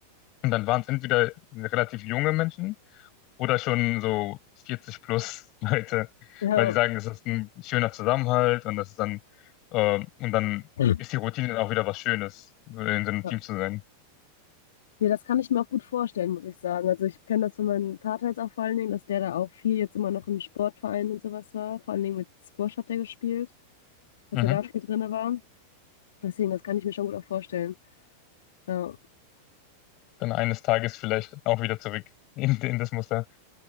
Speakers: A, on the left; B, on the left.
A: Und dann waren es entweder relativ junge Menschen, oder schon so 40 plus <laughs> Leute,
B: Ja.
A: weil die sagen, es ist ein schöner Zusammenhalt und das ist dann, ähm, und dann
B: Voll.
A: ist die Routine dann auch wieder was Schönes, so in so einem
B: Ja,
A: Team zu sein.
B: Nee, das kann ich mir auch gut vorstellen, muss ich sagen. Also ich kenne das von meinem Vater jetzt auch vor allen Dingen, dass der da auch viel jetzt immer noch in Sportvereinen und sowas war. Vor allen Dingen mit Squash hat er gespielt, dass
A: Mhm.
B: er da viel drinne war. Deswegen, das kann ich mir schon gut auch vorstellen. Ja,
A: Dann eines Tages vielleicht auch wieder zurück <laughs> in, in das Muster.